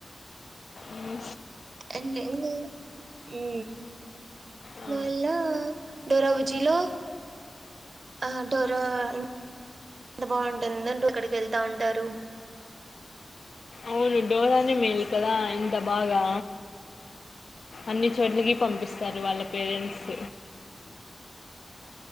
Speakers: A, on the left; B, on the right.
A: ఉ
B: ఎన్నెన్నీ ఉ
A: ఆ,
B: మళ్ళ డోరాబుజీలో ఆ డోర ఎం బాగుంటుందంట అక్కడికి వెళ్తా ఉంటారు
A: అవును డోరానే మేలు కదా ఇంత బాగా అన్ని చోట్లకి పంపిస్తారు వాళ్ళ పేరెంట్స్